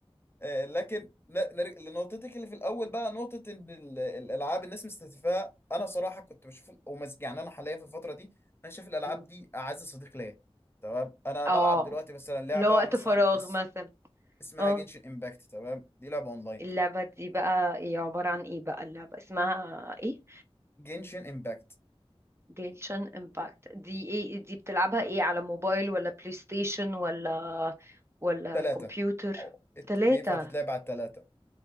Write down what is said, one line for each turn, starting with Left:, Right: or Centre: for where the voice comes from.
Left: آه، لكن ن- نرجع لنقطتك اللي في الاول بقى نقطه ان ال- الالعاب الناس مستهدفاها انا صراحه كنت بشوف ومز... يعني انا حاليا في الفتره دي انا شايف الالعاب
Right: مم.
Left: دي اعز صديق ليا تمام انا
Right: اه
Left: بلعب دلوقتي مثلا لعبه
Right: اللي هو وقت
Left: مثلا
Right: فراغ
Left: اس...
Right: مثلا
Left: اسمها
Right: آه.
Left: جنشن امباكت تمام دي لعبه اونلاين
Right: اللعبة دي بقى ايه عبارة عن ايه بقى اللعبة اسمها ايه
Left: جنشن امباكت
Right: جيلشن امباكت دي ايه دي بتلعبها ايه على موبايل ولا بلاي ستيشن ولا ولا
Left: ثلاثه
Right: كمبيوتر
Left: أو... ات-
Right: تلاتة
Left: بينفع تتلعب على الثلاثه